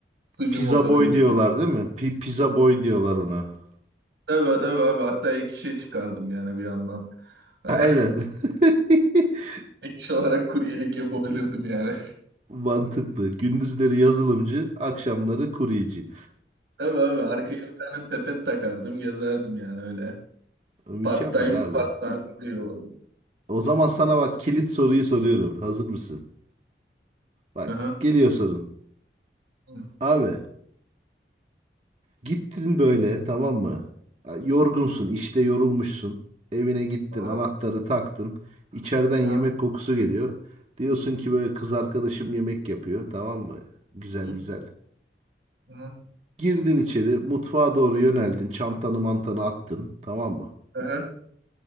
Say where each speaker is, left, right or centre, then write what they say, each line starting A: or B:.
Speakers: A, on the right (about 90°); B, on the right (about 35°).
A: Sucu
B: pizza
A: motoru
B: boy
A: gibi.
B: diyorlar değil mi? Pi- pizza boy diyorlar ona.
A: Tabii tabii abi. Hatta ek işe çıkardım yani bir yandan. Hani
B: Aynen. <laughs>
A: <laughs> ek iş olarak kuryelik yapabilirdim yani.
B: Mantıklı. Gündüzleri yazılımcı, akşamları kuryeci.
A: <laughs> Tabii abi arkaya bir tane sepet takardım gezerdim yani öyle.
B: Mükemmel
A: Part time
B: abi.
A: part time kuruyor.
B: O zaman sana bak kilit soruyu soruyorum. Hazır mısın? Bak
A: Aha.
B: geliyor sorun.
A: Hı.
B: Abi gittin böyle tamam mı? Ya, Yorgunsun işte yorulmuşsun. Evine gittin
A: Aha.
B: anahtarı taktın. İçeriden yemek
A: Aha.
B: kokusu geliyor. Diyorsun ki böyle kız arkadaşım yemek yapıyor tamam mı? Güzel
A: Hı.
B: güzel.
A: Aha.
B: Girdin içeri mutfağa doğru yöneldin. Çantanı mantanı attın tamam mı?
A: Aha.